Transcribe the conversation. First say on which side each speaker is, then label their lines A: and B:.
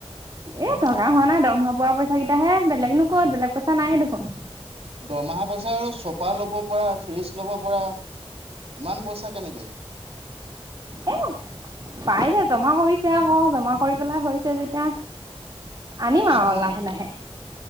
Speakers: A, on the right; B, on the right.
A: এ টকা হোৱা নাই দৰমহা পোৱা পইচা কেইটাহে বেলেগনো ক'ত বেলেগ পইচা নাই দেখোন।
B: দৰমহা পইচা আৰু চোফা ল'ব পৰা ফ্ৰিজ ল'ব পৰা ইমান পইচা কেনেকে।
A: এ পাইছে জমা কৰিছে আকৌ জমা কৰি পেলাই হৈছে। পাইছে যেতিয়া আনিম
B: উম
A: আৰু
B: উম উম
A: লাহে লাহে।